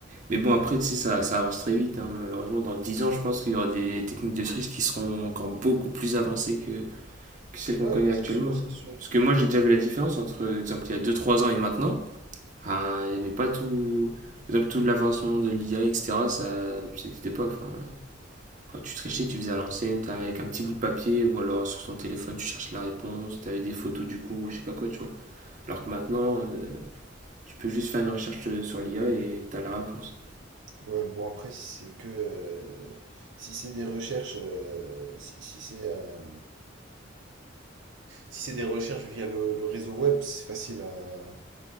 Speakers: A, on the right (about 40°); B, on the right (about 75°).
A: Mais bon, après, tu sais, ça, ça avance très vite. hein. Malheureusement, dans 10 ans, je pense qu'il y aura des techniques de triche qui seront encore beaucoup plus avancées que, que celles qu'on
B: Ouais,
A: connaît
B: non, c'est
A: actuellement.
B: sûr,
A: hein.
B: c'est sûr.
A: Parce que moi, j'ai déjà vu la différence entre, euh, exemple, il y a deux trois ans et maintenant. Ah, Il n'y avait pas tout. exemple, tout l'avancement de l'IA, etc., ça n'existait pas. Enfin, Quand tu trichais, tu faisais à l'ancienne, t'avais avec un petit bout de papier ou alors sur ton téléphone, tu cherches la réponse, t'avais des photos du coup, ou je sais pas quoi, tu vois. Alors que maintenant, euh, tu peux juste faire une recherche euh, sur l'IA et t'as la réponse.
B: Ouais, bon, après, si c'est que. euh, si c'est des recherches. euh, si si c'est. euh, si c'est des recherches via le, le réseau web, c'est facile à.